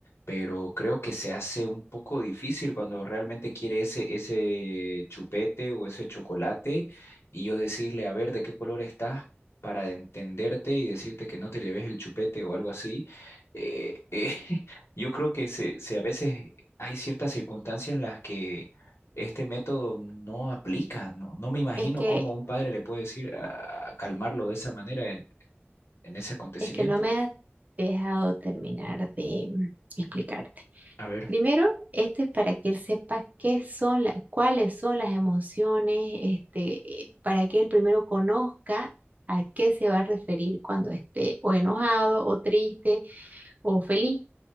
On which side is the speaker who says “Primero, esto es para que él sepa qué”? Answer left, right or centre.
Right